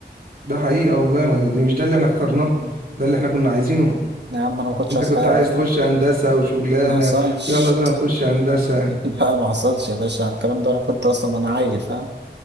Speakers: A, on the right; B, on the right.
A: ده حقيقة والله ما دي مش ده اللي احنا اخترناه
B: مم.
A: ده اللي احنا كنا عايزينه
B: يا عم أنا ما كنتش
A: انت
B: عايز
A: كنت
B: حاجة
A: عايز تخش هندسة وشغلانة
B: ما حصلش
A: ويلا بينا نخش هندسة يعني
B: <laughs> لا ما حصلش يا باشا على الكلام ده أنا كنت أصلا أنا عيل فاهم